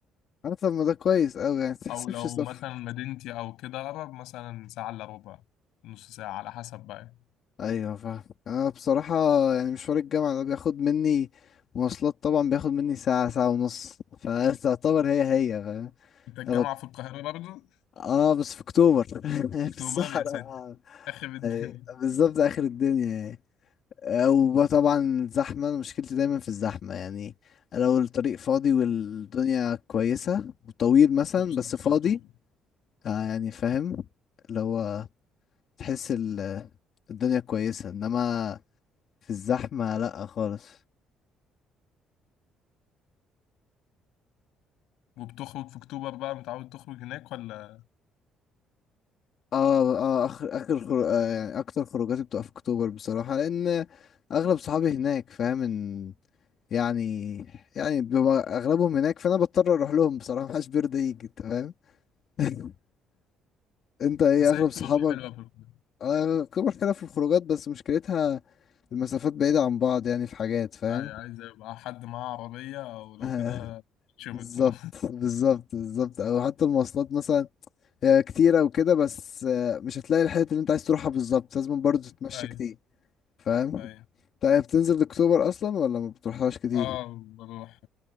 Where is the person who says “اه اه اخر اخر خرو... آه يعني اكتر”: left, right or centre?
Left